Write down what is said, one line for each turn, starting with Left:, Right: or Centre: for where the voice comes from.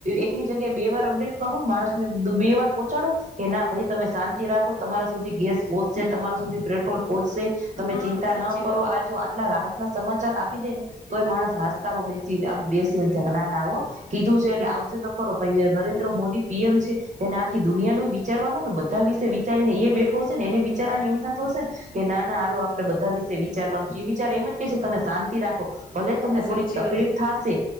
Right: એકની જગ્યાએ બે વાર ે કરો માણસને બે વાર પહચાડો, કે ના ભાઈ તમે શાંતિ રાખો તમારા સુધી ગેસ પહોચશે તમારા સુધી પેટ્રોલ પહોચશે. તમે
Left: હા
Right: ચિંતા
Left: સાચી
Right: ન કરો
Left: વાત
Right: આ જો આટલા રાહત ના સમજ આપી દે ને તો માણસ હસ્કારો બેસી બેસી એને ના ના હો. કીધું છે એટલે
Left: હમ
Right: આવશે તો ખરો કઈ નરેન્દ્ર મોદી પી એમ છે એને આખી દુનિયાનું વિચારવાનું ને બધા વિશે વિચારીને એ બેઠો હશે ને એને વિચારવાની એમ નાતો હશે, કે ના ના આાલ આપડે બધા વિશે વિચારવાનું એ વિચાર એમ જ કે છે તમે શાંતિ રાખો. ભલે તમને
Left: સાચી
Right: થોડીક તકલીફ
Left: વાત
Right: થશે.